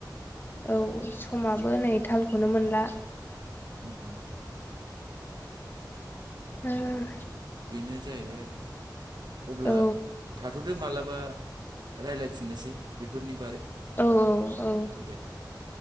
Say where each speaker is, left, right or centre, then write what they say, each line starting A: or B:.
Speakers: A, on the left (about 30°); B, on the right (about 70°).
A: औ। समाबो नै थालखौनो मोनला।
B: उम।
A: उम।
B: बेनो जाहैबाय आरो। अब्ला
A: औ
B: थाथ'दो मालाबा रायलायफिननोसै बेफोरनि बारै।
A: औ औ औ।
B: दे